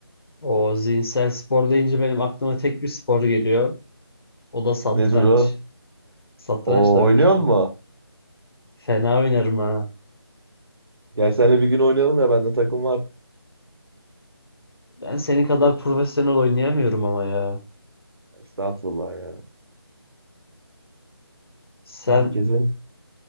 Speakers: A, on the left (about 65°); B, on the right (about 65°).
A: O zihinsel spor deyince benim aklıma tek bir spor geliyor. O da satranç.
B: Nedir o?
A: Satranç
B: O
A: tabii
B: oynuyor
A: ki.
B: mu?
A: Fena oynarım ha.
B: Gel senle bir gün oynayalım ya bende takım var.
A: Ben senin kadar profesyonel oynayamıyorum ama ya.
B: Estağfurullah ya.
A: Sen
B: Herkesin